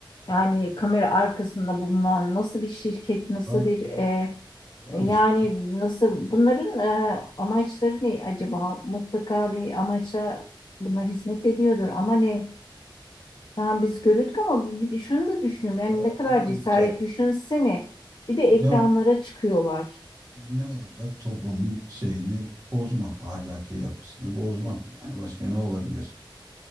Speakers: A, on the left; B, on the right.
A: Yani kamera arkasında bulunan nasıl bir şirket, nasıl
B: Var
A: bir
B: canım
A: e,
B: varmış.
A: yani
B: bu ka-
A: nasıl bunların e, amaçları ne acaba? Mutlaka bir amaçla bunlar hizmet ediyordur ama ne? Tamam biz görürdük ama bir de şunu da düşünüyorum. Yani
B: Ya
A: ne kadar
B: ne olacak?
A: cesaret düşünsene. Bir de ekranlara
B: Ne,
A: çıkıyorlar.
B: Ne olacak? Toplumun şeyini bozmak, ahlaki yapısını bozmak. Yani başka ne olabilir?